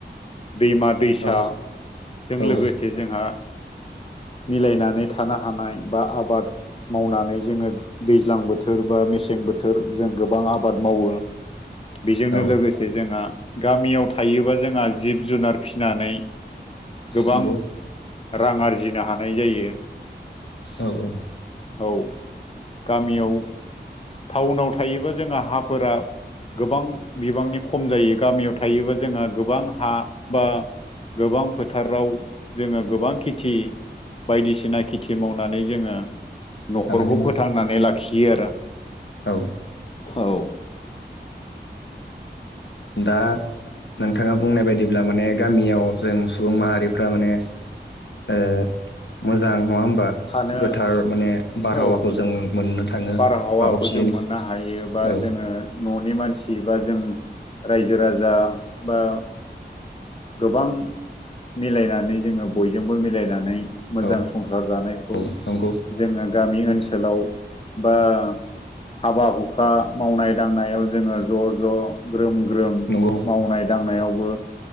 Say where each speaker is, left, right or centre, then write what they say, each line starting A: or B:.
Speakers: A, on the left; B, on the left.
A: दैमा दैसाजों
B: औ औ
A: लोगोसे जोंहा मिलायनानै थानो हानाय बा आबाद मावनानै जोङो दैज्लां बोथोर बा मेसें बोथोर जों गोबां आबाद मावो। बेजोंनो
B: औ
A: लोगोसे जोंहा गामियाव थायोबा जोंहा जिब जुनार फिसिनानै गोबां
B: नंगौ
A: रां आरजिनो हानाय जायो।
B: औ औ
A: औ गामियाव टाउनाव थायोबा जोंहा हाफोरा गोबां बिबांनि खम जायो गामियाव थायोबा जोंहा गोबां हा बा गोबां फोथाराव जोङो गोबां खेथि बायदिसिना खेथि मावनानै जोङो न'खरखौ
B: सानो हायो
A: फोथांनानै लाखियो आरो
B: औ
A: औ
B: दा नोंथाङा बुंनाय बायदिब्ला माने गामियाव जों सुबुं माहारिफ्रा माने ओ मोजां नङा होमबा
A: थानो
B: गोथार माने बारहावाखौ
A: औ
B: जों मोननो थाङो
A: बारहावाखौ
B: बा अक्सिजेनखौ
A: जों मोननो हायो बा
B: औ
A: जोङो न'नि मानसि बा जों रायजो राजा बा गोबां मिलायनानै जोङो बयजोंबो मिलायनानै मोजां
B: औ
A: संसार जानाय
B: औ नंगौ
A: जोङो गामि ओनसोलाव बा हाबा हुखा मावनाय दांनायाव जोङो ज' ज' ग्रोम ग्रोम
B: नंगौ
A: मावनाय दांनायावबो